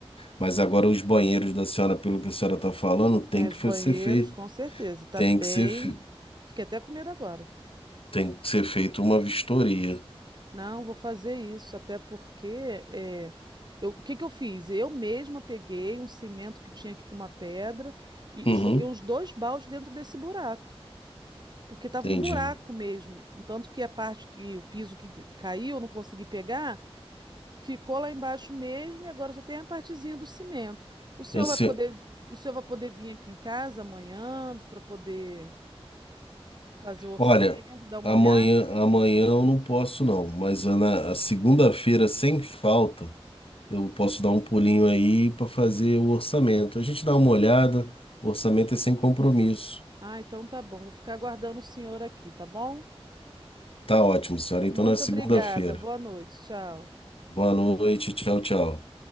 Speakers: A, on the left (about 60°); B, on the right (about 45°).
A: Mas agora os banheiros da senhora, pelo que a senhora está falando, tem
B: é, os
A: que
B: banheiros,
A: ser feito,
B: com certeza. Tá
A: tem
B: bem.
A: que ser, fe-
B: Fiquei até com medo agora.
A: tem que ser feito uma vistoria.
B: Não, vou fazer isso, até porque é, eu- o que que eu fiz? Eu mesma peguei um cimento que tinha aqui com uma pedra e,
A: Uhum,
B: e joguei uns dois baldes dentro desse buraco, porque estava
A: entendi.
B: um buraco mesmo. Tanto que a parte que o piso que d- caiu, eu não consegui pegar, ficou lá embaixo mesmo e agora só tem a partezinha do cimento. O senhor
A: Assim,
B: vai poder, o senhor vai poder vir aqui em casa amanhã para poder fazer o orçamento,
A: Olha,
B: dar uma
A: amanhã,
B: olhada?
A: amanhã eu não posso não, mas a na a segunda-feira, sem falta, eu posso dar um pulinho aí para fazer o orçamento. A gente dá uma olhada, o orçamento é sem compromisso.
B: Ah, então tá bom, vou ficar aguardando o senhor aqui, tá bom?
A: Tá ótimo, senhora.
B: Muito
A: Então na segunda-feira.
B: obrigada. Boa noite. Tchau.
A: Boa noite, tchau, tchau.